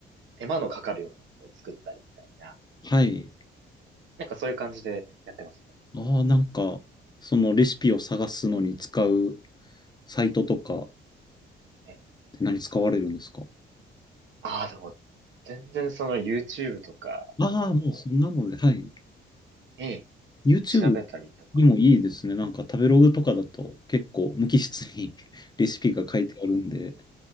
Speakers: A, on the right; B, on the left.
A: 手間のかかるようなものを作ったりみたいな、
B: はい。
A: なんかそういう感じでやってます
B: ああ、なんか、そのレシピを探すのに使うサイトとかっ
A: ね。
B: て何使われるんですか
A: ああ、でも、全然その YouTube とか、
B: ああもうそんなので、
A: あの、
B: はい。
A: ええ、
B: YouTube
A: 調べたりとか。
B: にもいいですね。なんか食べログとかだと結構無機質に <laughs> レシピが書いてあるんで、
A: うん。